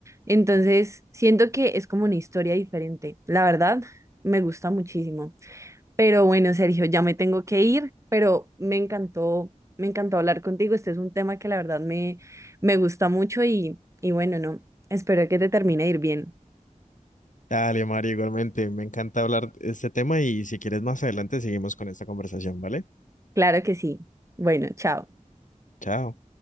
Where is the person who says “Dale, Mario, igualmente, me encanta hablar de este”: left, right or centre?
Left